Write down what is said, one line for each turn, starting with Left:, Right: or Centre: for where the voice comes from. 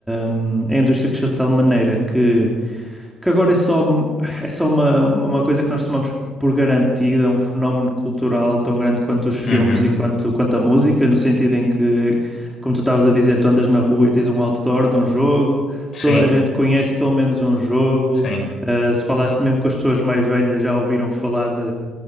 Centre: hum, a indústria cresceu de tal maneira que que agora é só, é só uma, uma coisa que nós tomamos por garantida, é um fenómeno cultural tão grande quanto os filmes
Left: uhum.
Centre: e quanto, quanto a música, no sentido em que, como tu estavas a dizer, tu andas na rua e tens um outdoor de um jogo,
Left: Sim,
Centre: toda a gente conhece pelo menos um jogo,
Left: sim.
Centre: ah, se falaste mesmo com as pessoas mais velhas já ouviram falar de,